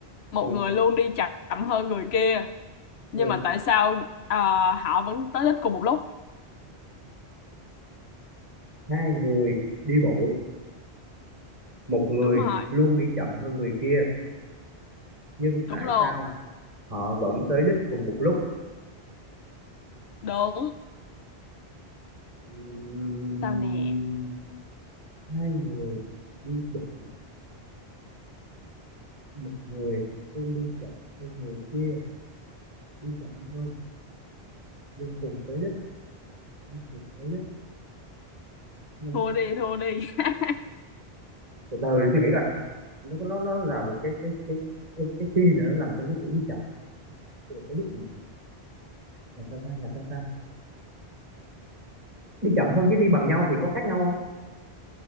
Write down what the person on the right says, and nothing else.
ừ,
ừ.
hai người đi bộ một người
luôn đi chậm hơn người kia nhưng
tại
sao họ vẫn tới đích cùng một lúc
Ừm,
hai đi bộ một người luôn đi chậm hơn người kia đi chậm hơn nhưng cùng tới đích nhưng cùng tới đích Ừ.
từ từ để tôi nghĩ coi nó nó nó là một cái cái cái cái, cái khi này nó nằm trong cái chữ đi chậm Tức là tới đích mình là sao ta là sao ta đi chậm hơn với đi bằng nhau thì có khác nhau không